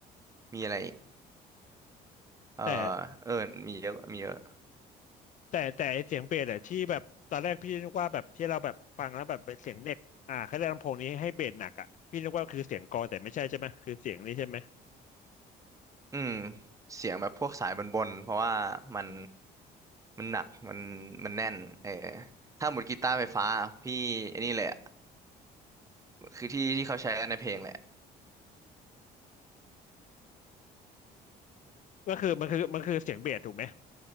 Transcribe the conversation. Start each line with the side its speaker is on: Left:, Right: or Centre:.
Right: มีอะไรอีกเออ
Left: แต่
Right: เออมีเยอะมีเยอะ
Left: แต่แต่ไอ้เสียงเบสอะที่แบบตอนแรกพี่นึกว่าแบบที่เราแบบฟังแล้วแบบเป็นเสียงเด็กอ่าเขาเรียกลำโพงนี้ให้เบสหนักอ่ะพี่นึกว่าคือเสียงกลองแต่ไม่ใช่ใช่ไหมคือเสียงนี้ใช่ไหม
Right: อืมเสียงแบบพวกสายบนๆเพราะว่ามันมันหนักมันมันแน่นเออถ้าหมดกีตาร์ไฟฟ้าพี่ไอันนี้เลยอะคือที่ที่เขาใช้กันในเพลงแหละ
Left: ก็คือมันคือมันคือเสียงเบสถูกไหม